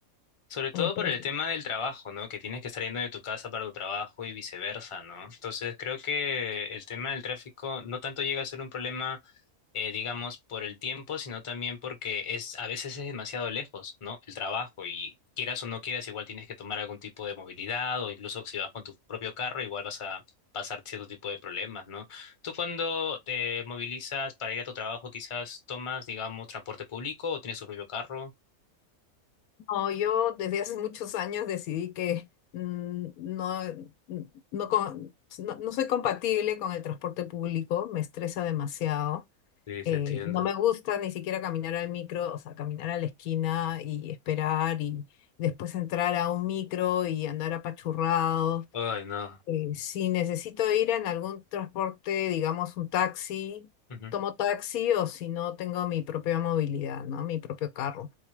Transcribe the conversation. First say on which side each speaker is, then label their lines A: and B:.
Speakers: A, on the left; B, on the left.
A: Sobre todo
B: Eh, por
A: por el
B: ej-
A: tema del trabajo, ¿no? Que tienes que estar yendo de tu casa para tu trabajo y viceversa, ¿no? Entonces creo que el tema del tráfico no tanto llega a ser un problema eh, digamos, por el tiempo, sino también porque es a veces es demasiado lejos, ¿no? El trabajo y quieras o no quieras, igual tienes que tomar algún tipo de movilidad o incluso si vas con tu propio carro, igual vas a pasar cierto tipo de problemas, ¿no? Tú cuando te movilizas para ir a tu trabajo, quizás tomas, digamos, transporte público o tienes tu propio carro.
B: No, yo desde hace muchos años decidí que mm, no, mm, no, con- no, no soy compatible con el transporte público, me estresa demasiado.
A: Sí, te
B: eh,
A: entiendo.
B: no me gusta ni siquiera caminar al micro, o sea, caminar a la esquina y esperar y después entrar a un micro y andar apachurrado.
A: Ay, no.
B: Eh, si necesito ir en algún transporte, digamos un taxi,
A: Ujú.
B: tomo taxi o si no tengo mi propia movilidad, ¿no? Mi propio carro.